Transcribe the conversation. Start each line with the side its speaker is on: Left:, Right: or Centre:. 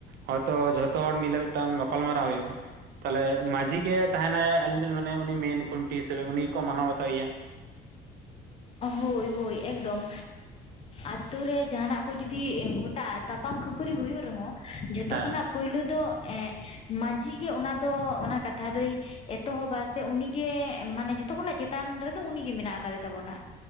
Right: ᱦᱚᱭᱛᱚ ᱡᱚᱛᱚ ᱦᱚᱲ ᱢᱤᱞᱮ ᱢᱤᱫᱴᱟᱝ ᱜᱟᱯᱟᱞᱢᱟᱨᱟᱣ ᱦᱩᱭᱩᱜᱼᱟ, ᱛᱟᱦᱚᱞᱮ ᱢᱟᱡᱷᱤ ᱜᱮ ᱛᱟᱦᱮᱱᱟᱭ ᱟᱞᱤᱧ ᱫᱚᱞᱤᱧ ᱢᱚᱱᱮᱭᱟ ᱩᱱᱤ ᱢᱮᱱ ᱠᱷᱩᱱ ᱴᱤ᱾ ᱥᱮ ᱩᱱᱤ ᱜᱮᱠᱚ ᱢᱟᱱᱟᱣ ᱵᱟᱛᱟᱭ-ᱟ᱾
Left: ᱦᱳᱭ ᱦᱳᱭ ᱮᱠᱫᱚᱢ ᱟᱛᱳ ᱨᱮ ᱡᱟᱦᱟᱱᱟᱜ ᱠᱚ ᱡᱩᱫᱤ ᱜᱚᱴᱟᱜᱼᱟ ᱛᱟᱯᱟᱢ ᱠᱷᱟᱹᱯᱟᱹᱨᱤ ᱦᱩᱭᱩᱜ ᱨᱮᱦᱚᱸ ᱡᱚᱛᱚ
Right: ᱦᱮᱸ
Left: ᱠᱷᱚᱱᱟᱜ ᱯᱩᱭᱞᱳ ᱫᱚ ᱢᱟᱺᱡᱷᱤ ᱜᱮ ᱚᱱᱟ ᱫᱚ ᱚᱱᱟ ᱠᱟᱛᱷᱟ ᱫᱚᱭ ᱮᱛᱚᱦᱚᱵ-ᱟ ᱥᱮ ᱩᱱᱤᱜᱮ ᱢᱟᱱᱮ ᱡᱷᱚᱛᱚ ᱠᱷᱚᱱᱟᱜ ᱪᱮᱛᱟᱱ ᱨᱮᱫᱚ ᱩᱱᱤᱜᱮ ᱢᱮᱱᱟᱜ ᱟᱠᱟᱫᱮ ᱛᱟᱵᱚᱱᱟ᱾